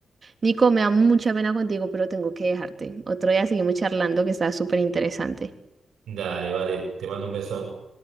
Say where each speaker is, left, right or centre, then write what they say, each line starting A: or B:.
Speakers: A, on the right (about 40°); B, on the right (about 80°).
A: Nico, me da mucha pena contigo, pero tengo que dejarte. Otro día seguimos charlando que está súper interesante.
B: Dale, vale, te mando un beso.